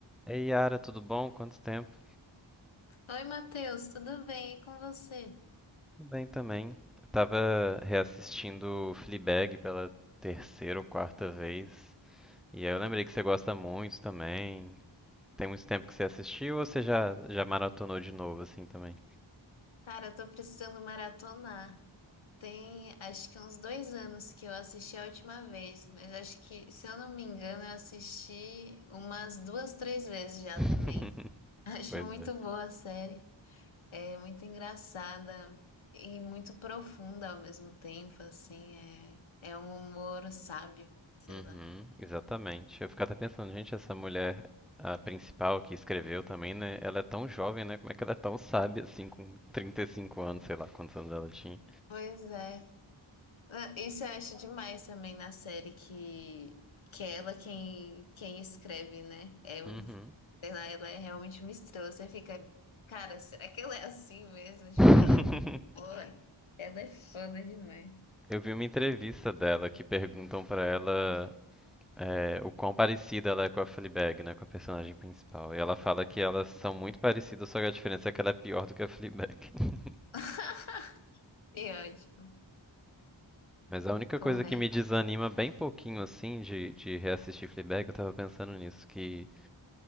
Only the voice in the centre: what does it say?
Ei, Yara, tudo bom? Quanto tempo?
Tudo bem também. Eu tava reassistindo Fleabag pela terceira ou quarta vez, e aí eu lembrei que você gosta muito também. Tem muito tempo que você assistiu ou você já, já maratonou de novo assim também?
<laughs>
Pois
é.
Uhum,
exatamente. Eu fico até pensando, gente, essa mulher, a principal que escreveu também, né? Ela é tão jovem, né? Como é que ela é tão sábia assim, com 35 anos, sei lá quantos anos ela tinha.
Uhum.
<laughs>
Eu vi uma entrevista dela que perguntam pra ela é, o quão parecida ela é com a Fleabag, né, com a personagem principal. E ela fala que elas são muito parecidas, só que a diferença é que ela é pior do que a Fleabag. <laughs>
Mas a única
coisa que
me desanima bem pouquinho assim de, de reassistir Fleabag, eu tava pensando nisso, que